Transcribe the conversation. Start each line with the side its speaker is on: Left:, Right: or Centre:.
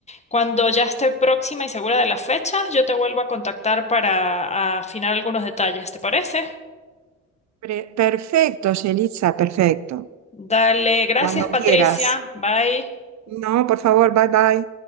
Left: Cuando ya esté próxima y segura de las fechas, yo te vuelvo a contactar para afinar algunos detalles, ¿te parece?
Right: Pre- Perfecto, Yelitza, perfecto.
Left: Dale, gracias
Right: Cuando
Left: Patricia.
Right: quieras.
Left: Bye.
Right: No, por favor, bye bye.